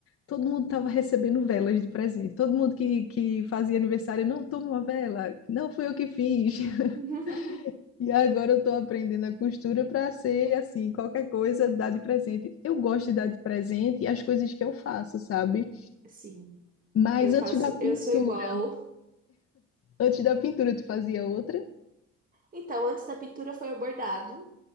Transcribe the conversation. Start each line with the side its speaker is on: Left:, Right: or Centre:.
Left: todo mundo estava recebendo velas de presente. Todo mundo que, que fazia aniversário, não, toma uma vela, não fui eu que fiz. <laughs>
Right: <laughs>
Left: E agora eu estou aprendendo a costura para ser assim, qualquer coisa dar de presente. Eu gosto de dar de presente e as coisas que eu faço, sabe?
Right: Sim,
Left: Mas
Right: eu faço,
Left: antes da pintura,
Right: eu sou igual.
Left: antes da pintura tu fazia outra?
Right: Então, antes da pintura foi o bordado.